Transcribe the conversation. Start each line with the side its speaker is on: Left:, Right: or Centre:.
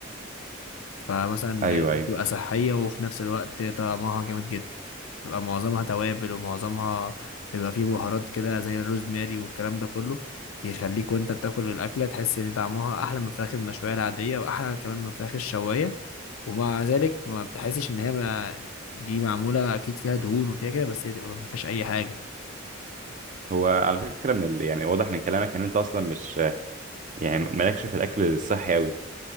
Left: فمثلا
Right: ايوه
Left: بتبقى
Right: ايوه
Left: صحية وفي نفس الوقت طعمها جامد جدا بتبقى معظمها توابل ومعظمها بيبقى فيه بهارات كده زي الروزماري والكلام ده كله بيخليك وانت بتاكل الأكلة تحس ان طعمها أحلى من الفراخ المشوية العادية وأحلى كمان من الفراخ الشواية ومع ذلك ما بتحسش ان هي ما دي معمولة أكيد فيها دهون وفيها كده بس هي تبقى ما فيهاش أي حاجة
Right: هو على فكرة من ال... يعني واضح من كلامك ان انت اصلا مش يعني مالكش في الاكل الصحي قوي